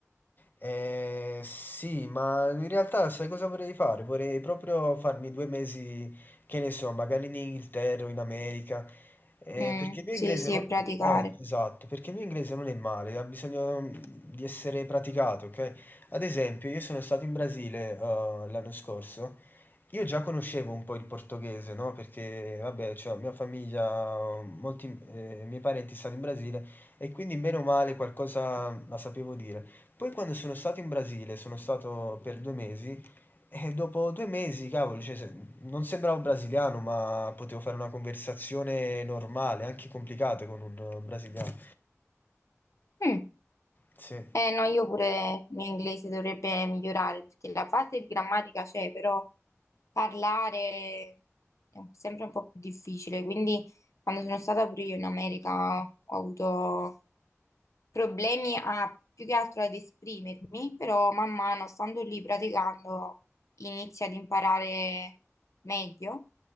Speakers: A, on the left; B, on the left.
A: Eh, sì, ma in realtà sai cosa vorrei fare? Vorrei proprio farmi due mesi, che ne so, magari in Inghilterra o in America, eh,
B: Mm,
A: perché il mio
B: sì,
A: inglese
B: sì,
A: non...
B: e praticare.
A: eh, esatto, perché il mio inglese non è male, ha bisogno mm, di essere praticato, ok? Ad esempio, io sono stato in Brasile, eh, l'anno scorso, io già conoscevo un po' il portoghese, no? Perché, vabbè, cioè, mia famiglia, molti, eh, miei parenti stanno in Brasile e quindi, bene o male, qualcosa la sapevo dire. Poi quando sono stato in Brasile, sono stato per due mesi, e dopo due mesi, cavolo, cioè, se- non sembravo brasiliano, ma potevo fare una conversazione normale, anche complicata con un eh, brasiliano.
B: Mm.
A: Sì,
B: Eh no, io pure l'inglese dovrebbe migliorare perché la base di grammatica c'è, però parlare è un- sempre un po' più difficile. Quindi quando sono stata pure io in America ho avuto problemi a, più che altro ad esprimermi, però man mano stando lì praticando inizi ad imparare meglio.